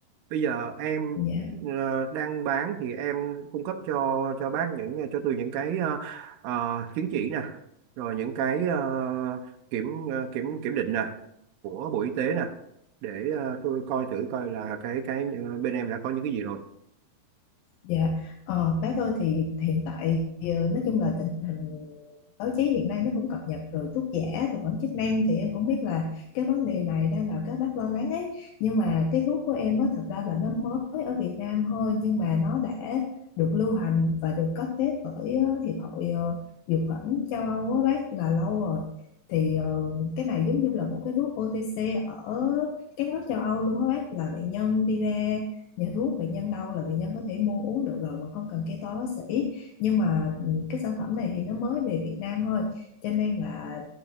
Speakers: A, on the right (about 75°); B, on the left (about 75°).
A: bây giờ em
B: dạ
A: ờ, đang bán thì em cung cấp cho cho bác những cho Tường những cái ờ, ờ, chứng chỉ nè rồi những cái ờ, kiểm ờ, kiểm kiểm định nè của Bộ Y tế nè để ờ, tôi coi thử coi là cái cái ờ, bên em đã có những cái gì rồi
B: Dạ, ờ, bác ơi thì hiện tại ờ, nói chung là tình hình báo chí hiện nay nó cũng cập nhật rồi thuốc giả, thực phẩm chức năng thì em cũng biết là cái vấn đề này đang làm các bác lo lắng ấy. Nhưng mà cái thuốc của em á thật ra là nó mới ở Việt Nam thôi nhưng mà nó đã được lưu hành và được cấp phép bởi ờ, Hiệp hội ờ, Dược phẩm châu Âu á bác là lâu rồi. Thì ờ, cái này giống như là một cái thuốc OTC ở các nước châu Âu luôn á bác là bệnh nhân đi ra nhà thuốc bệnh nhân đau là bệnh nhân có thể mua uống được rồi mà không cần kê toa bác sĩ nhưng mà ừ, cái sản phẩm này thì nó mới về Việt Nam thôi cho nên là